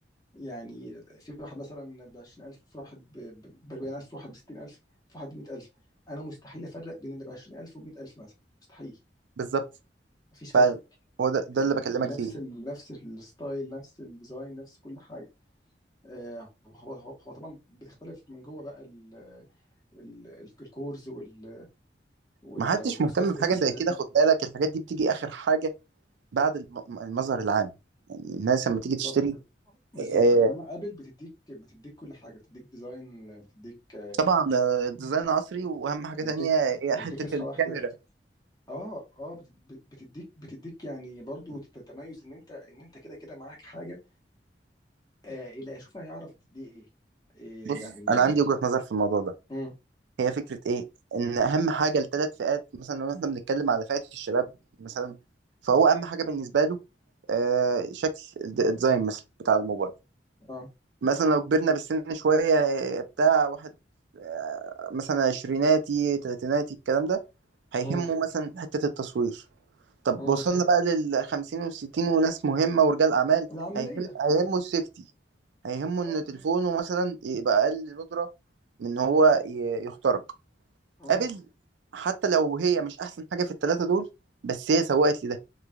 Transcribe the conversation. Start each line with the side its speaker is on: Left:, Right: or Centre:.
Left: يعني في واحد مثلا ب 20000 في واحد ب 40000 في واحد ب 60000 في واحد ب 100000 انا مستحيل افرق بين اللي ب 20000 وب 100000 مثلا مستحيل
Right: بالظبط
Left: مفيش فرق
Right: ف هو ده, ده
Left: ال-
Right: اللي بكلمك
Left: نفس
Right: فيه
Left: ال نفس الستايل نفس الديزاين نفس كل حاجه آه، هو هو هو طبعا بتختلف من جوه بقى ال- ال- الكورز وال- وال-
Right: محدش
Left: والبروسيسور
Right: مهتم بحاجه
Left: والحاجات
Right: زي كده
Left: دي
Right: خد بالك الحاجات دي بتيجي اخر حاجه بعد الم- المظهر العام يعني الناس لما تيجي
Left: بالظبط
Right: تشتري
Left: بالظبط
Right: آه،
Left: انما ابل بتديك بتديك كل حاجه بتديك ديزاين بتديك
Right: طبعا آه، ديزاين عصري واهم حاجه
Left: بتديك
Right: تانية هي
Left: بتديك
Right: حته
Left: نسخه
Right: الكاميرا
Left: واحده اه اه بت- بتديك بتديك يعني برضو تتميز ان انت ان انت كده كده معاك حاجه آه اللي هيشوفها هيعرف دي ايه, إيه
Right: بص
Left: يعني
Right: انا عندي وجهه نظر في الموضوع ده
Left: امم
Right: هي فكره ايه ان اهم حاجه لثلاث فئات مثلا لو احنا بنتكلم على فئه الشباب مثلا فهو اهم حاجه بالنسبه له آه، شكل الد- الديزاين مثلا بتاع الموبايل
Left: اه
Right: مثلا لو كبرنا بالسن شويه آه، بتاع واحد آه، مثلا عشريناتي تلاتيناتي الكلام ده هيهمه
Left: امم
Right: مثلا حته التصوير طب
Left: امم
Right: وصلنا بقى للخمسين والستين وناس مهمة ورجال أعمال
Left: العمليه
Right: هيهم هيهمه السيفتي هيهمه
Left: اه
Right: إن تليفونه مثلا يبقى أقل ندرة من إن هو ي- يخترق
Left: امم
Right: قابل حتى لو هي مش أحسن حاجة في التلاتة دول بس هي سوقت لي ده